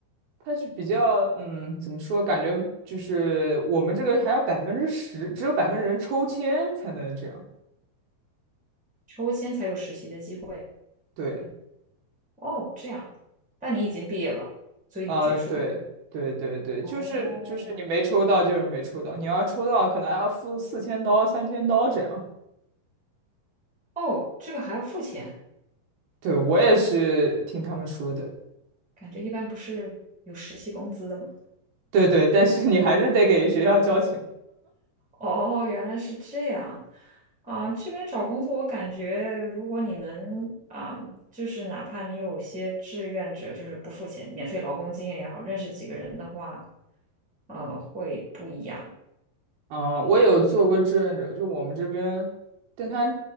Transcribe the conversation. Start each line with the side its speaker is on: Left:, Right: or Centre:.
Right: 它就比较，嗯，怎么说？感觉就是我们这个还要百分之十，只有百分之人抽签才能这样。
Centre: 抽签才有实习的机会？
Right: 对，
Centre: 哦，这样，但你已经毕业了，所以你结束了。
Right: 呃，对，对对对，
Centre: 哦，
Right: 就是就是你没抽到就是没抽到，你要抽到可能还要付四千刀、三千刀这样。
Centre: 哦，这个还要付钱，
Right: 对，我也是听他们说的。
Centre: 感觉一般不是有实习工资的吗？
Right: 对对，但是你还是得给学校交钱。
Centre: 哦，原来是这样。啊，这边找工作，我感觉如果你能啊，就是哪怕你有些志愿者，就是不付钱，免费劳工经验也好，认识几个人的话，呃，会不一样。
Right: 啊、我有做过志愿者，就我们这边，但他